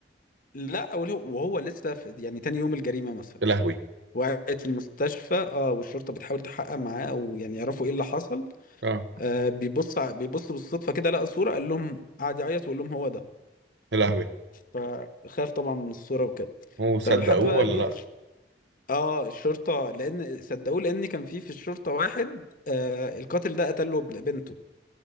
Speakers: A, on the left (about 50°); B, on the right (about 80°).
A: لا وهو وهو لسه في يعني تاني يوم الجريمه مثلا
B: يا لهوي
A: وقعت في المستشفى اه والشرطه بتحاول تحقق معاه او يعني يعرفوا ايه اللي حصل
B: اه
A: آه بيبص ع- بيبص بالصدفه كده لقى صوره قال لهم قعد يعيط ويقول لهم هو ده
B: يا لهوي
A: فخاف طبعا من الصورة وكده
B: هو
A: فلحد
B: صدقوه
A: بقى
B: ولا
A: ايه
B: لا
A: ش- اه الشرطة لان صدقوه لان كان في في الشرطة واحد آه القاتل ده قتله ابن- بنته